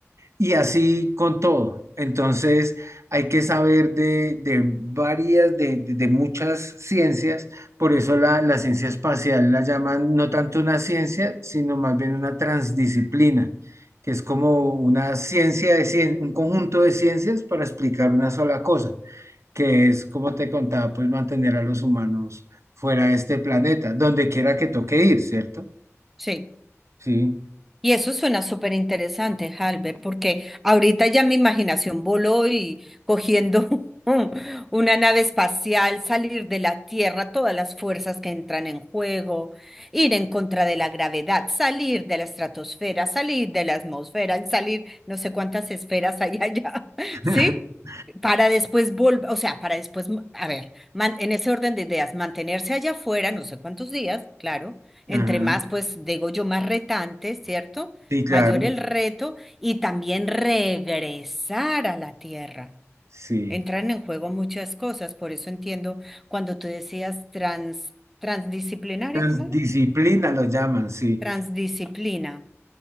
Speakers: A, on the right (about 65°); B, in the centre.
A: y así con todo. Entonces, hay que saber de, de varias, de, de- de muchas ciencias, por eso la, la ciencia espacial la llaman no tanto una ciencia, sino más bien una transdisciplina. que es como una ciencia de cien- un conjunto de ciencias para explicar una sola cosa que es, como te contaba, pues mantener a los humanos fuera de este planeta, donde quiera que toque ir, ¿cierto?
B: Sí.
A: Sí,
B: Y eso suena súper interesante, Halber, porque ahorita ya mi imaginación voló y cogiendo <laughs> una nave espacial, salir de la Tierra, todas las fuerzas que entran en juego, ir en contra de la gravedad, salir de la estratosfera, salir de la atmósfera, y salir no sé cuántas esferas hay allá, <laughs> ¿sí?
A: <laughs>
B: Para después volver, o sea, para después, a ver, man- en ese orden de ideas, mantenerse allá afuera, no sé cuántos días, claro entre
A: ajá,
B: más, pues digo yo, más retante, ¿cierto?
A: sí, claro,
B: Mayor el reto y también regresar a la tierra.
A: sí.
B: Entran en juego muchas cosas, por eso entiendo cuando tú decías trans, transdisciplinaria,
A: Trans-
B: ¿cómo era?
A: Disciplina lo llaman, sí.
B: Transdisciplina.